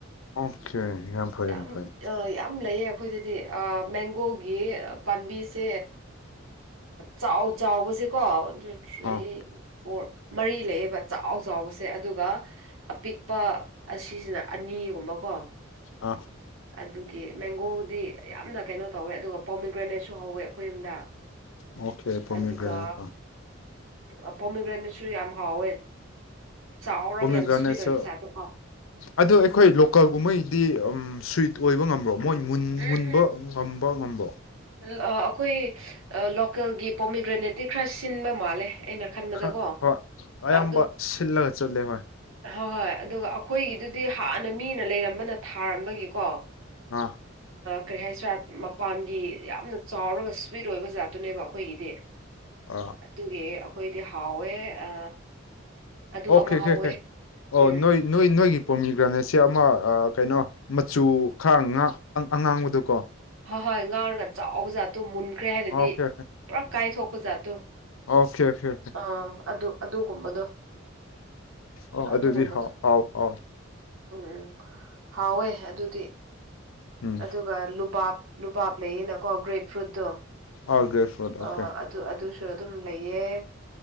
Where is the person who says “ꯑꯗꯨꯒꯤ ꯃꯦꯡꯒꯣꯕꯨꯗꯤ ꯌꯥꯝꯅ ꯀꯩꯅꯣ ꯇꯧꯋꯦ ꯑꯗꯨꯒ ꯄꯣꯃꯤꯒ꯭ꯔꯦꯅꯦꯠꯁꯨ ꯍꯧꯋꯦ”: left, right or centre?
Right